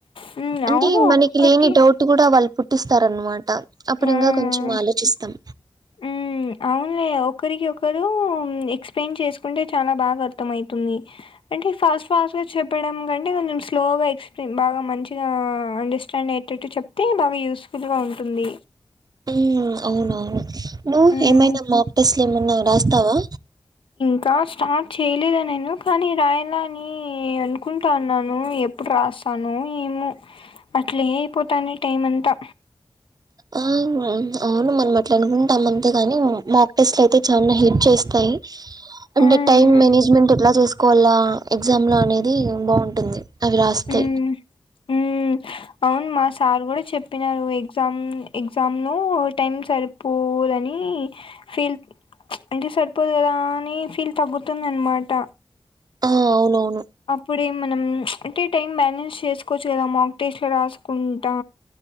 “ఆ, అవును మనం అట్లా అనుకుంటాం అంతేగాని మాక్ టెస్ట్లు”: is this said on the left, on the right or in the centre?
Right